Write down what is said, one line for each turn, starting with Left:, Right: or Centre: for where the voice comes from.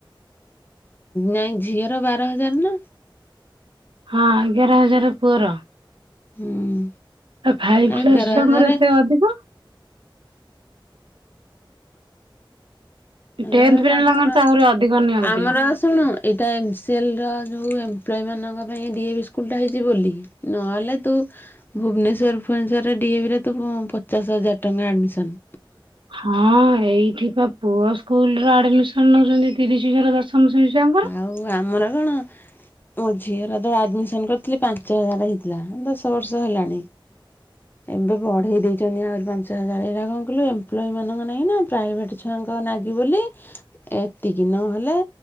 Left: ନାଇଁ ଝିଅର ବାର ହଜାର ନା
Right: ହଁ ଏଗାର ହଜାର ପୁଅର
Left: ହୁଁ
Right: ଫାଇଭ କ୍ଲାସ
Left: ଏଗାର
Right: ଛୁଆଙ୍କର
Left: ହଜାର
Right: ଏତେ ଅଧିକ
Left: ଏ
Right: ଟେନ୍ଥ ପିଲାଙ୍କର
Left: ତାଙ୍କର
Right: ତ ଆହୁରି ଅଧିକ ନିଅନ୍ତି।
Left: ଆମର ଶୁଣ ଏଇଟା ଏମ୍ସିଏଲର ଯୋଉ ଏମ୍ପ୍ଲୟ ମାନଙ୍କ ପାଇଁ ଡିଏ ବି ସ୍କୁଲ ଟା ହେଇଛି ବୋଲି ନହେଲେ ତୁ ଭୁବନେଶ୍ୱର ଫୁନେଶ୍ୱର ଡିଏ ଭି ରେ ତ ପଚାଶ ହଜାର ଟଙ୍କା ଆଡ଼ମିସନ୍
Right: ହଁ ଏଇଥିବା ପୁଅ ସ୍କୁଲ ର ଆଡମିଶନ ନଉଛନ୍ତି ତିରିଶ ଥର ଦଶମ ଶ୍ରେଣୀ ତାଙ୍କର
Left: ଆଉ ଆମର କଣ ମୋ ଝିଅର ତ ଆଡ଼ମିସନ କରିଥିଲି ପାଞ୍ଚ ହଜାର ହେଇଥିଲା ଦଶ ବର୍ଷ ହେଲାଣି ଏବେ ବଢେଇ ଦେଇଛନ୍ତି ଆହୁରି ପାଞ୍ଚ ହଜାର ଏଇଟା କଣ କିଲୁ ଏମ୍ପଲ ମାନଙ୍କ ନାଇଁ ନା ପ୍ରାଇଭେଟ୍ ଛୁଆଙ୍କ ନାଗି ବୋଲି ଏତିକି ନହେଲେ